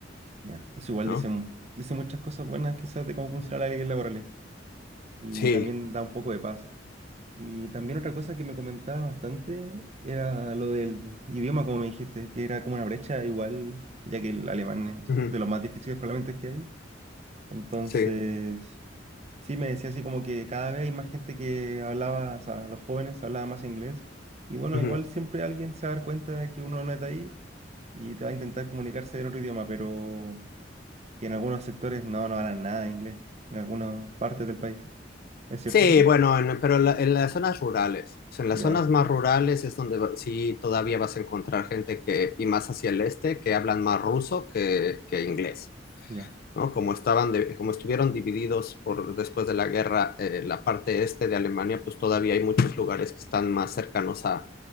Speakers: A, on the right; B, on the left.
A: ya, Eso igual
B: ¿no?
A: dice, mu- dice muchas cosas buenas quizás de cómo funciona la ley laboral y
B: Sí,
A: también da un poco de paz. Y también otra cosa que me comentaba bastante era lo del idioma, como me dijiste, que era como una brecha igual, ya que el alemán es
B: ujú,
A: de los más difíciles probablemente que hay. Entonces,
B: sí.
A: sí me decía así como que cada vez hay más gente que hablaba, o sea, los jóvenes hablaban más inglés. Y bueno,
B: ujú.
A: igual siempre alguien se va a dar cuenta de que uno no es de ahí y te va a intentar comunicarse en otro idioma, pero que en algunos sectores no, no hablan nada de inglés, en algunas partes del país. ¿Es cierto
B: Sí,
A: eso?
B: bueno, en- pero en la- en las zonas rurales, o sea, en las
A: Ya,
B: zonas más rurales es donde va- sí todavía vas a encontrar gente que, y más hacia el este, que hablan más ruso que, que inglés,
A: ya,
B: ¿no? Como estaban de- como estuvieron divididos por, después de la guerra, eh, la parte este de Alemania, pues todavía hay muchos lugares que están más cercanos a,